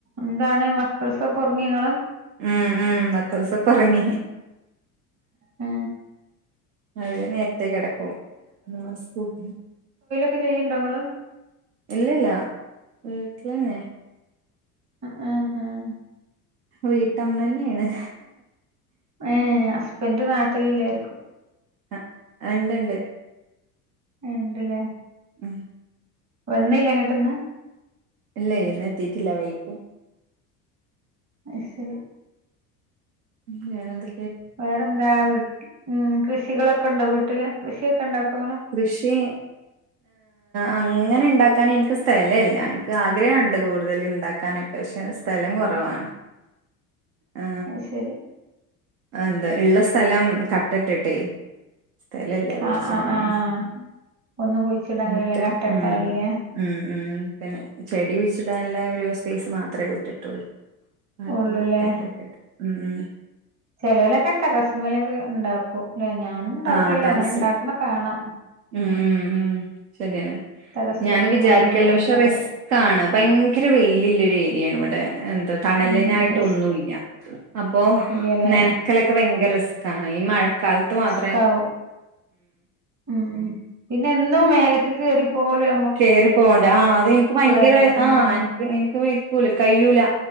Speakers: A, on the right; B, on the right.
A: എന്താണ് മക്കൾസൊക്കെ ഉറങ്ങിയോങ്ങളെ
B: ഉം ഉം മക്കൾസ്സൊക്കെ ഒറങ്ങി
A: ഏ
B: അവര് നേരത്തേ കിടക്കും നാളെ സ്കൂള്
A: ക്ക് ചെയ്യുണ്ടോ നിങ്ങള്
B: ഇല്ലല്ല വീട്ടിലന്നേ
A: ആഹ് ആഹ് ആഹ്
B: വീട്ടമ്മന്നെയാണ്
A: ഏ ഹസ്ബൻറ് നാട്ടിലില്ലായിരിക്കും
B: എ ഇണ്ട്ണ്ട്
A: ഇണ്ട് ല്ലേ
B: ഉം
A: വന്നില്ലേ ഇങ്ങട്ട്ന്ന്
B: ഇല്ലേ എഴുന്നേറ്റിട്ടില്ല, വൈകും.
A: അത്ശെരി.
B: ഉം വേറെന്ത്
A: വേറെന്താ വീട്ട് കൃഷികളൊക്കെണ്ടോ വീട്ടില്, കൃഷിയൊക്കെ ഇണ്ടക്കോങ്ങള്
B: കൃഷി. അങ്ങനെ ഉണ്ടാക്കാൻ എനിക്ക് സ്ഥലല്ല എനിക്ക് ആഗ്രഹമുണ്ട് കൂടുതൽ ഇണ്ടാക് ക്കാനൊക്കെ പക്ഷെ സ്ഥലം കുറവാണ്. ആ,
A: അത്ശരി.
B: എന്താ ഉള്ള സ്ഥലം കട്ടട്ടട്ടെ സ്ഥലല്ല്യ കുഴിച്ചിടാണ്,
A: ആഹ് ആഹ് ആഹ് ഒന്നും കുഴിച്ചിടാൻ കഴിയൂല
B: മുറ്റം
A: കട്ട ഇട്ടാല്ല്ലേ
B: മം. ഉം ഉം പിന്നെ ചെടി കുഴിച്ചിടാനുള്ള ഒരു സ്പേസ് മാത്രമേ വിട്ടിട്ടുള്ളൂ. <unintelligible>
A: ഉള്ളൂല്ലേ
B: കട്ടട്ട്ട്ട് ഉം ഉം
A: ചെലോലൊക്കെ ടെറസുമലൊക്കെ ഉണ്ടാക്കും ലെ ഞാൻ ഇണ്ടാക്കല്ല
B: ആ ടെറസിൽ
A: അങ്ങനെ ഇണ്ടാക്കണ കാണാം.
B: ഉം ഉം ഉം ശരിയന്നെ
A: ടെറസിലൊക്കെ
B: ഞാനും വിചാരിക്കല്ണ്ട്
A: മണ്ണൊണ്ടോയിട്ടാണ്ട്
B: പക്ഷെ റിസ് ക്കാണ് ഭയങ്കര വെയിലുള്ള ഒരു ഏരിയാണ് ഇവിടെ എന്താ തണലിനായിട്ടൊന്നുല്ല
A: ഉം റിസ്
B: അപ്പോ
A: ഇല്ലല്ലേ
B: നനക്കലൊക്കെ ഭയങ്കര റിസ്ക്കാണ് ഈ മഴക്കാലത്ത് മാത്
A: ക്കവും ഉം പിന്നെ എന്നും മേലക്ക് കേറിപ്പോലും
B: കേയറിപ്പോണ്ട് ആഹ് അതെനിക്ക് ഭയങ്കരെ
A: അല്ലല്ലോ ഉം
B: ആഹ് എനിക്ക് വെക്കൂല കയ്യൂല